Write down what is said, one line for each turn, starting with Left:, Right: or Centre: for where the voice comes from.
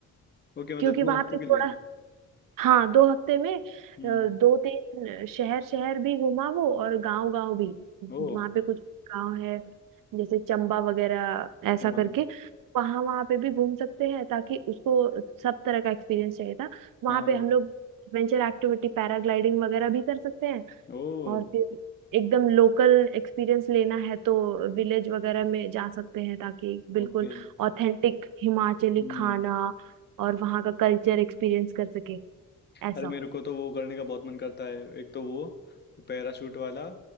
Left: ओके मतलब
Right: क्योंकि
Left: दो
Right: वहां
Left: हफ्ते
Right: पे
Left: के
Right: थोड़ा
Left: लिए
Right: हाँ दो हफ्ते में अ,
Left: हम्म
Right: दो तीन शहर शहर भी घुमा वो और गांव गांव भी
Left: ओ
Right: वहां पे कुछ गांव है जैसे चंबा वगैरह ऐसा
Left: हाँ
Right: करके वहां वहां पे भी घूम सकते हैं ताकि उसको सब तरह का एक्सपीरियंस चाहिए था वहां
Left: हाँ
Right: पे हम लोग एडवेंचर एक्टिविटी पैराग्लाइडिंग वगैरह भी कर सकते हैं
Left: ओ
Right: और फिर एकदम लोकल एक्सपीरियंस लेना है तो विलेज वगैरह में जा सकते हैं ताकि बिल्कुल
Left: ओके
Right: ऑथेंटिक हिमाचली
Left: हम्म
Right: खाना और वहाँ का कल्चर एक्सपीरियंस कर सके ऐसा
Left: अरे मेरे को तो वो करने का बहुत मन करता है एक तो वो पैराशूट वाला